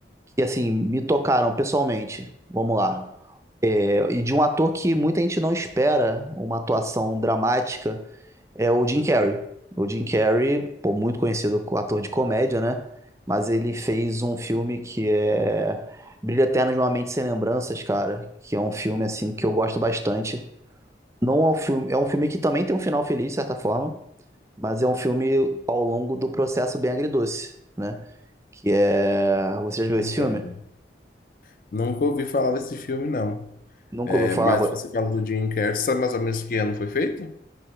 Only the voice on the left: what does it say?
Entendo.
Nunca ouvi falar desse filme, não.
É,
mas você fala do Jim Carrey, sabe mais ou menos que ano foi feito?